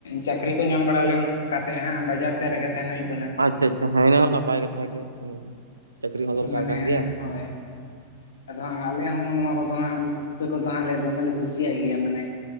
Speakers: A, on the left (about 65°); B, on the right (about 75°).
A: ᱪᱟᱠᱨᱤ ᱠᱚ ᱧᱟᱢ ᱵᱟᱲᱟ ᱞᱮᱱ ᱠᱟᱛᱮᱫ ᱦᱟᱸᱜ ᱵᱟᱡᱟᱨ ᱥᱮᱫ ᱨᱮᱜᱮ ᱛᱟᱦᱮᱱ ᱦᱩᱭᱩᱜᱼᱼ
B: ᱟᱪᱪᱷᱟ ᱟᱪᱪᱷᱟ ᱦᱮᱸ ᱤᱱᱟᱹ ᱦᱚᱸ ᱱᱟᱯᱟᱭ ᱠᱟᱛᱷᱟ ᱜᱮ ᱪᱟᱹᱠᱨᱤ ᱦᱚᱸ ᱫᱚᱨᱠᱟᱨ
A: ᱢᱟᱱᱮ
B: ᱠᱟᱱ
A: ᱦᱮᱸ
B: ᱜᱮᱭᱟ ᱾
A: ᱦᱳᱭ ᱟᱫᱚ ᱦᱟᱸᱜ ᱟᱞᱮ ᱦᱚᱸ ᱱᱚᱣᱟ ᱠᱚᱫᱚ ᱦᱟᱸᱜ ᱩᱫ ᱯᱩᱴᱠᱟᱹ ᱠᱚᱫᱚ ᱦᱟᱸᱜ ᱞᱮ ᱫᱚᱢᱮ ᱞᱮ ᱠᱩᱥᱤᱭᱟᱜ ᱜᱮᱭᱟ ᱢᱟᱱᱮᱼᱼ